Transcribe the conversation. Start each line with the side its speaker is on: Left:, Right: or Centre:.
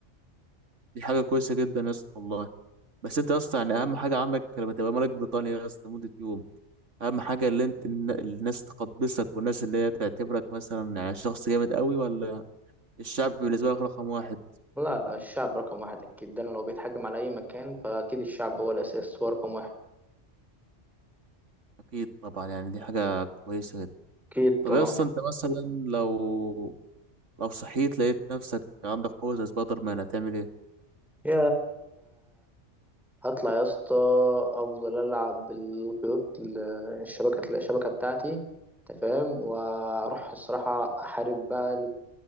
Right: دي حاجه كويسه جدا يا اسطى والله بس انت يا اسطى يعني اهم حاجه عندك لما تبقى ملك بريطانيا يا اسطى لمده يوم اهم حاجه اللي انت الن- الناس تقدسك والناس اللي هي تعتبرك مثلا يعني شخص جامد قوي ولا الشعب بالنسبه لك رقم واحد
Centre: لا لا الشعب رقم واحد أكيد ده أنا لو بيتحاكم على أي مكان فأكيد الشعب هو الأساس هو رقم واحد
Right: اكيد طبعا يعني دي حاجه كويسه جدا
Centre: اكيد
Right: طب
Centre: طبعا
Right: يا اسطى انت مثلا لو لو صحيت لقيت نفسك عندك قوه زي سبايدر مان هتعمل ايه
Centre: يا هطلع يا اسطى أفضل ألعب بالخيوط ال- الشبكة الشبكة بتاعتي أنت فاهم وأروح الصراحة أحارب بقى